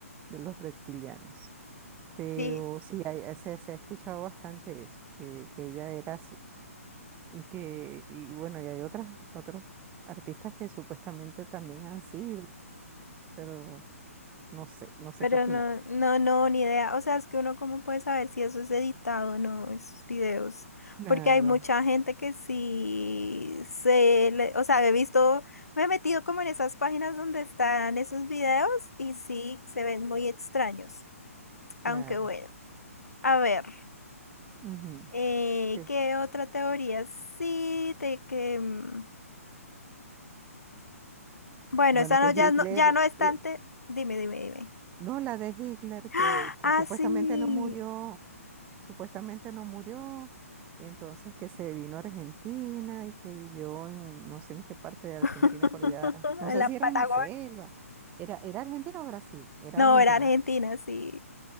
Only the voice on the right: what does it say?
de los reptilianos. Pero
sí, hay- eh, se, se ha escuchado bastante eso, que, que ella era así. Y que, y bueno, y hay otras, otros artistas que supuestamente también han sido. pero no sé, no sé
qué opinar.
Claro,
claro.
Ujú.
Que-
bueno,
que
Hitler,
le-
no la de Hitler, que,
que
supuestamente
no murió, supuestamente no murió, y entonces que se vino a Argentina y que vivió en no sé en qué parte de Argentina
por allá, no
sé
si
era una selva, era, era Argentina o Brasil, era
Argentina,
¿verdad?